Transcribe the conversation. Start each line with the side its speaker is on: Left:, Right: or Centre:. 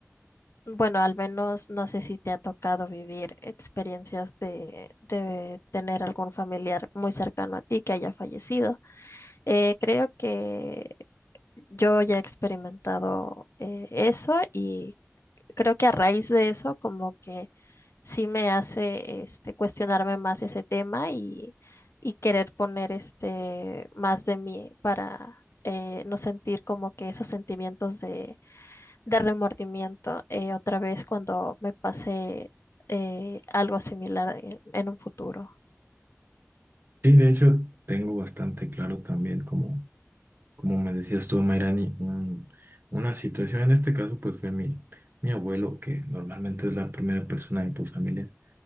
Left: Bueno, al menos no sé si te ha tocado vivir experiencias de, de tener algún familiar muy cercano a ti que haya fallecido. Eh, creo que yo ya he experimentado eh, eso y creo que a raíz de eso como que sí me hace este, cuestionarme más ese tema y, y querer poner este, más de mí para eh, no sentir como que esos sentimientos de de remordimiento eh, otra vez cuando me pase eh, algo similar en, en un futuro.
Right: Sí, de hecho, tengo bastante claro también, como, como me decías tú, Mayrani, un- una situación, en este caso, pues fue mi, mi abuelo, que normalmente es la primera persona de tu familia,